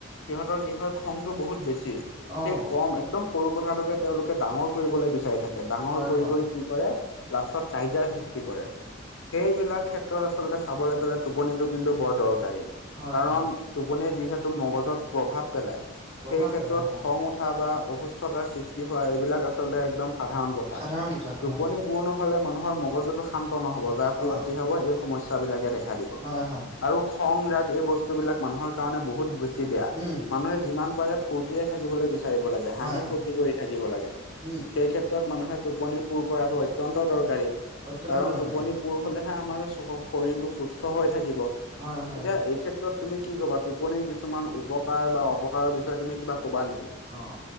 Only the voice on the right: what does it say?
অ',
হয়,
হয়।
হয়
হয়
প্ৰভাৱ
পেলাই হয়
সাধাৰণ সাধাৰণ
কথা
অ
হয় হয়
উম
হয়
হয়
উম
অত্যন্ত
দৰকাৰী
হয় হয়
অ',